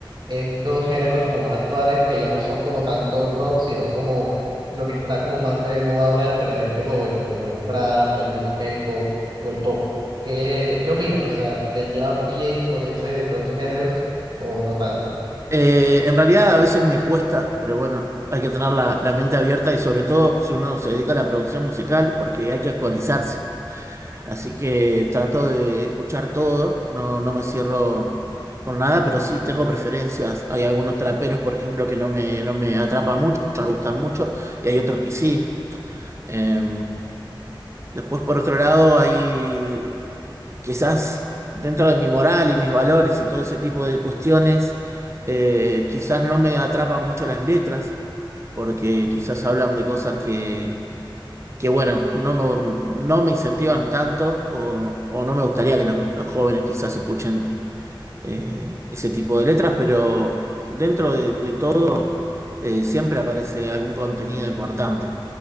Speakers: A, on the right; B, on the right.
A: Estos géneros como más actuales que ya no son como tanto rock, sino como lo que está como más de moda ahora entre la gente joven, como el trap, el mismo K-pop o el pop. ¿Qué, qué opinas? O sea, ¿te llevas bien con ese, con esos géneros o no tanto?
B: Eh, en realidad a veces me cuesta, pero bueno, hay que tener la, la mente abierta y sobre todo si uno se dedica a la producción musical, porque hay que actualizarse. Así que trato de escuchar todo, no, no me cierro con nada, pero sí tengo preferencias. Hay algunos traperos, por ejemplo, que no me, no me atrapan mucho, no me gustan mucho, y hay otros que sí. Eh, Después, por otro lado, hay quizás dentro de mi moral y mis valores y todo ese tipo de cuestiones, eh, quizás no me atrapan mucho las letras, porque quizás hablan de cosas que, que bueno, no me, no me incentivan tanto o, o no me gustaría que los, los jóvenes quizás escuchen eh, ese tipo de letras, pero dentro de, de todo eh, siempre aparece algún contenido importante.